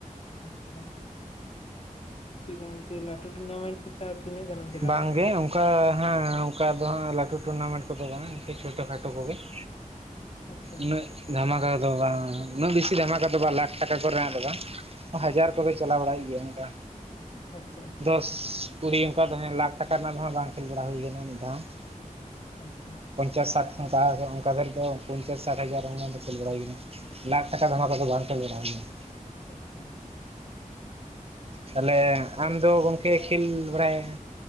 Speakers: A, on the left (about 45°); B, on the right (about 45°).
A: ᱟᱪᱪᱷᱟ, ᱪᱮᱫ ᱠᱟ ᱜᱚᱝᱠᱮ ᱞᱟᱹᱴᱩ ᱴᱩᱱᱟᱢᱮᱱᱴ? ᱛᱤᱱᱟᱹᱜ ᱜᱟᱱᱮᱢ ᱪᱟᱞᱟᱣ
B: ᱵᱟᱝᱜᱮ
A: ᱟᱠᱟᱱᱟ ᱞᱟᱴᱩ
B: ᱚᱱᱠᱟ
A: ᱴᱩᱱᱟᱢᱮᱱᱴ?
B: ᱦᱮᱸ ᱚᱱᱠᱟ ᱫᱚ ᱦᱟᱸᱜ ᱞᱟᱹᱴᱩ ᱴᱩᱨᱱᱟᱢᱮᱱᱴ ᱠᱚᱫᱚ ᱵᱟᱝ ᱤᱱᱠᱟᱹ ᱪᱷᱳᱴᱳ ᱠᱷᱟᱴᱳ ᱠᱚᱜᱮ ᱾
A: ᱟᱪᱪᱷᱟ
B: ᱩᱱᱟᱹᱜ
A: ᱟᱪᱪᱷᱟ
B: ᱫᱷᱟᱢᱟᱠᱟ ᱫᱚ ᱵᱟᱝ ᱩᱱᱟᱹᱜ ᱵᱮᱥᱤ ᱫᱷᱟᱢᱟᱠᱟ ᱫᱚ ᱵᱟᱝ ᱞᱟᱠᱷ ᱴᱟᱠᱟ ᱠᱚ ᱨᱮᱱᱟᱜ ᱫᱚ ᱵᱟᱝ ᱾ ᱦᱟᱡᱟᱨ ᱠᱚ ᱫᱚ
A: ᱟᱪᱪᱷᱟ
B: ᱪᱟᱞᱟᱣ ᱵᱟᱲᱟ ᱦᱩᱭᱩᱜ ᱜᱮᱭᱟ ᱚᱱᱠᱟ
A: ᱟᱪᱪᱷᱟ
B: ᱫᱚᱥ, ᱠᱩᱲᱤ ᱾ ᱚᱱᱠᱟ ᱫᱚ ᱦᱮᱸ ᱞᱟᱠᱷ ᱴᱟᱠᱟ ᱨᱮᱱᱟᱜ ᱫᱚ ᱦᱟᱸᱜ ᱵᱟᱝ ᱠᱷᱮᱞ ᱵᱟᱲᱟ ᱦᱩᱭ ᱠᱟᱱᱟ ᱢᱤᱫ ᱫᱷᱟᱣ ᱦᱚᱸ ᱾
A: ᱟᱪᱪᱷᱟ ᱾
B: ᱯᱚᱧᱪᱟᱥ ᱥᱟᱴ ᱚᱱᱠᱟ ᱚᱱᱠᱟ ᱫᱷᱟᱹᱨᱤᱡ ᱫᱚ ᱯᱚᱧᱪᱟᱥ ᱥᱟᱴ ᱦᱟᱡᱟᱨ ᱚᱱᱟ ᱫᱚ ᱠᱷᱮᱞ ᱵᱟᱲᱟ ᱦᱩᱭ ᱠᱟᱱᱟ ᱾ ᱞᱟᱠᱷ ᱴᱟᱠᱟ ᱫᱷᱟᱢᱟᱠᱟ
A: ᱟᱪᱪᱷᱟ ᱟᱪᱪᱷᱟ
B: ᱫᱚ
A: ᱟᱪᱪᱷᱟ
B: ᱵᱟᱝ ᱠᱷᱮᱞ ᱵᱟᱲᱟ ᱦᱩᱭ ᱠᱟᱱᱟ ᱾
A: ᱟᱪᱪᱷᱟ ᱾
B: ᱛᱟᱦᱞᱮ ᱠᱷᱟᱱᱫᱚ ᱜᱚᱝᱠᱮ ᱠᱷᱮᱞ ᱵᱟᱲᱟᱭᱟ,